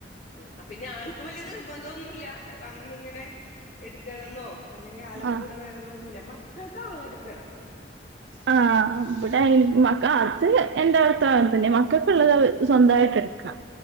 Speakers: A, on the left; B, on the right.
A: ഉ അ പിന്നെ ആൾക്ക് വലിയ നിർബന്ധം ഒന്നുല്ല. വന്നിങ്ങനെ എടുക്കണെന്നോ അല്ലെങ്കിൽ ആള്
B: ആ
A: കൂടെ വേണെന്നോന്നുല്ല മക്കൾക്ക് ആളെടുക്കണം.
B: ആഹ് ഇവിടെ മക്ക അത് എന്താ അർഥ തന്നെ മക്കക്ക്കെ ഉള്ളത് സ്വന്തമായിട്ട് എടുക്കുക